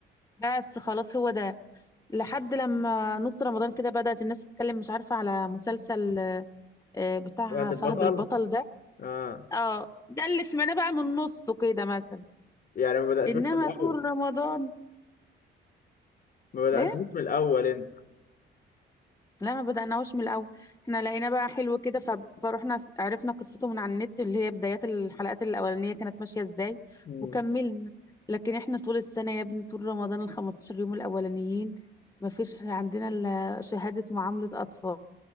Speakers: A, on the left; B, on the left.
A: بس خلاص هو ده لحد لما نص رمضان كده بدأت الناس تتكلم مش عارفة على مسلسل آه، آه، بتاع
B: فهد البطل
A: فهد البطل ده
B: اه
A: اه ده اللي سمعناه بقى من نصه كده مثلا
B: يعني ما بدأتوش
A: انما
B: من الأول
A: طول رمضان
B: ما بدأتوش
A: ايه
B: من الأول أنت
A: لا ما بدأناهوش من الأول احنا لقينا بقى حلو كده ف- فروحنا س- عرفنا قصته من على النت اللي هي بدايات الحلقات الأولانية كانت ماشية ازاي
B: مم.
A: وكملنا لكن احنا طول السنة يا ابني طول رمضان ال 15 يوم الأولانيين ما فيش عندنا إلا شهادة معاملة أطفال